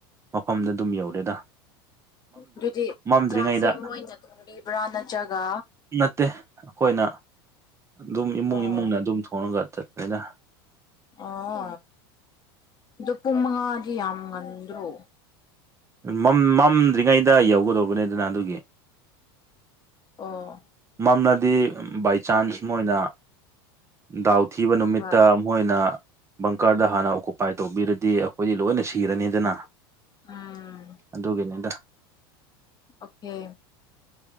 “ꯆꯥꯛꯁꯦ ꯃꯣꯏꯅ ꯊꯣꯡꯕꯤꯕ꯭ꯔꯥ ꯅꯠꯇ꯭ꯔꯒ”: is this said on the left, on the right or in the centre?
Left